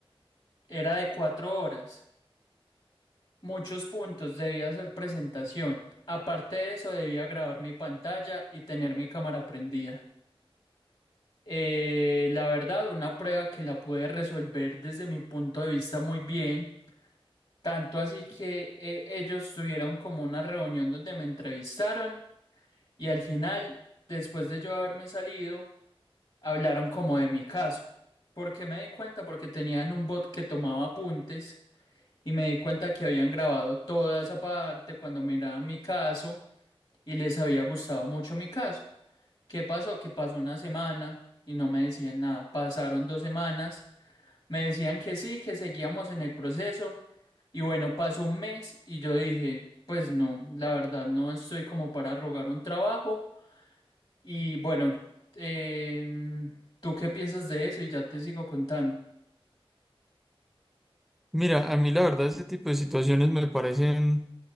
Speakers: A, on the left (about 60°); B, in the centre.
A: era de cuatro horas, muchos puntos, debía hacer presentación. Aparte de eso, debía grabar mi pantalla y tener mi cámara prendida. Eh, la verdad, una prueba que la pude resolver desde mi punto de vista muy bien, tanto así que eh, ellos tuvieron como una reunión donde me entrevistaron y al final, después de yo haberme salido, hablaron como de mi caso. porque me di cuenta? Porque tenían un bot que tomaba apuntes y me di cuenta que habían grabado toda esa parte cuando miraban mi caso y les había gustado mucho mi caso. ¿Qué pasó? Que pasó una semana y no me decían nada. Pasaron dos semanas, me decían que sí, que seguíamos en el proceso. Y bueno, pasó un mes y yo dije, pues no, la verdad no estoy como para rogar un trabajo. Y bueno, em, ¿tú qué piensas de eso? Y ya te sigo contando.
B: Mira, a mí la verdad ese tipo de situaciones me parecen...